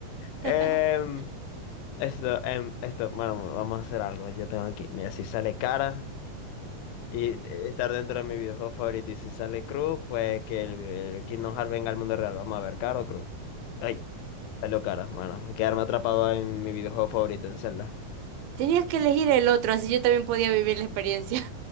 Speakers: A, on the left; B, on the right.
A: Em,
B: <laughs>
A: Esto, em, esto, bueno, vamos a hacer algo. Yo tengo aquí, mira, si sale cara y eh, estar dentro de mi videojuego favorito, y si sale cruz, pues que el, el Kingdom Hearts venga al mundo real. Vamos a ver, cara o cruz. Ay, salió cara, mano. Quedarme atrapado en mi videojuego favorito, en Zelda.
B: Tenías que elegir el otro, así yo también podía vivir la experiencia.